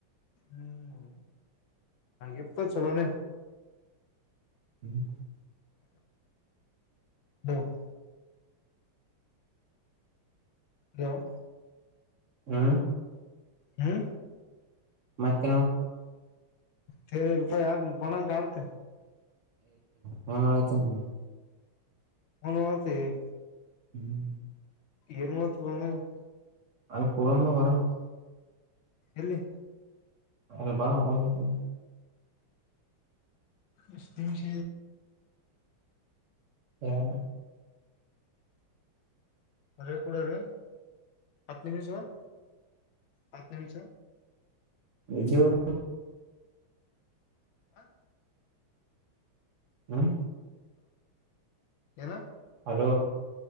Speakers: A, on the left; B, on the right.
A: ಹ್ಮ್ ಎಪ್ಪ ಸಲ್ಲೋಣ
B: ಹ್ಮ್ <inaudible>
A: ಹ್ಮ <inaudible> ಹ <inaudible>
B: ಹ್ಮ್
A: ಹ್ಮ್
B: ಮತ್ತ
A: ಸೇ ರೂಪಾಯ ಯಾಕ ಮುಕೊಂಡಂಗ ಕಳ್ತ
B: ಮತ <unintelligible>
A: ಹನುತ್ತ <unintelligible>
B: ಹ್ಮ್
A: ಇವತ್ತು ಬಣ <unintelligible>
B: ಅದು ಪಡಂಬ ವರ <inaudible>
A: ಎಲ್ಲಿ
B: ಅಲ್ಲ ಬಾ ಆರಾಮಲ್ಲ
A: ಎಷ್ಟ ವಿಷ
B: ಹದು
A: ಅರೆ ಕೂಡ ರೇ ಹತ್ತು ನಿಮಿಷವ ಹತ್ತು ನಿಮಿಷ
B: ಎಜಿಯಊರ
A: ಹ
B: ಹ್ಮ
A: ಏನು
B: ಹಲೋ